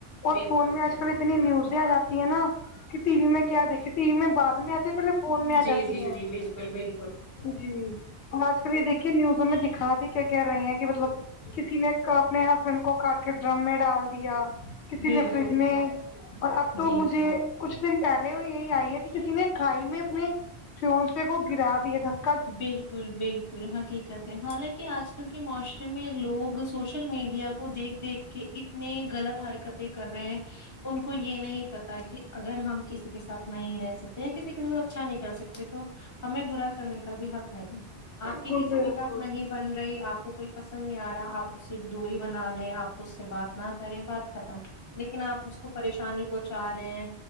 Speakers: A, on the left; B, on the left.
A: اور
B: بالکل
A: فون میں آج
B: بالکل
A: کل اتنی نیوزیں آ جاتی ہے نا کہ ٹی وی میں کیا دیکھے ٹی وی میں بعد میں آتی پہلے فون میں آ
B: جی
A: جاتی
B: جی
A: ہیں
B: جی بالکل بالکل
A: جی تو آج کل یہ دیکھیے نیوزوں میں دکھا بھی کیا کہہ رہی ہیں کہ مطلب کسی نے اپنے ہسبینڈ کو کاٹ کے ڈرم میں ڈال دیا کسی
B: بالکل
A: نے فریج میں اور اب تو
B: جی
A: مجھے
B: جی
A: کچھ دن پہلے یہ آئ کے کسی نے کھائی میں اپنے شوہر سوکو گرا دیے دھک
B: بال کل بالکل حقیقت ہے حالانکہ آج کل کے معاشرے میں لوگ سوشل میڈیا کو دیکھ دیکھ کہ اتنی غلط حرکتیں کر رہے ہیں ان کو یہ نہیں پتا کہ اگر ہم کسی کے ساتھ نہیں رہ سکتے کسی کے ساتھ اچھا نہیں کر سکتے تو ہمیں برا کرنے کا بھی حق نہیں
A: بالکل
B: آپ کی کسی
A: بالکل
B: کے ساتھ نہیں بن رہی آپ کو کوئی پسند نہیں آ رہا آپ اس سے دوری بنا لیں آپ اس سے بات نہ کریں بات ختم لیکن آپ اس کو پریشانی پہنچا رہے ہیں